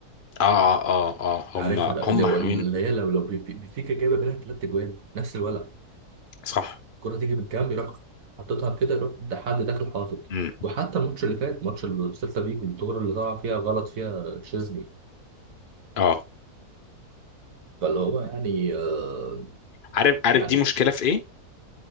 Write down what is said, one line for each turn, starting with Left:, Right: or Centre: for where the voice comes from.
Left: اه اه اه اه
Right: عارفها
Left: هم
Right: لو
Left: هم
Right: لو-
Left: حلوين
Right: اللي هي لو لو بيف- بيفيكا جايبه منها ثلاث اجوان نفس الولع
Left: صح
Right: الكره تيجي من الجنب يروح حطيتها كده يروح ده حد داخل حاطط
Left: امم
Right: وحتى الماتش اللي فات ماتش السيلتا فيجو الكوره اللي طلع فيها غلط فيها تشيزني
Left: اه
Right: فاللي هو يعني آه،
Left: عارف عارف
Right: يعني
Left: دي مشكله في ايه